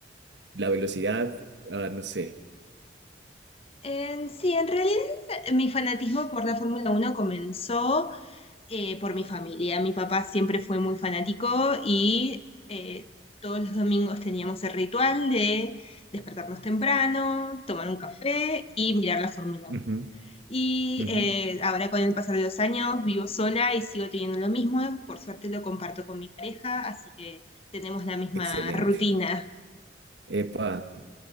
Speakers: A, on the right; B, on the left.
A: la velocidad, ah, no sé.
B: Eh, sí, en realidad mi fanatismo por la Fórmula Uno comenzó eh, por mi familia. Mi papá siempre fue muy fanático y eh, todos los domingos teníamos el ritual de despertarnos temprano, tomar un café y mirar la Fórmula Uno.
A: Ujú,
B: Y
A: ujú,
B: eh, ahora con el pasar de los años vivo sola y sigo teniendo lo mismo. Por suerte lo comparto con mi pareja, así que tenemos la misma
A: Excelente.
B: rutina.
A: Epa,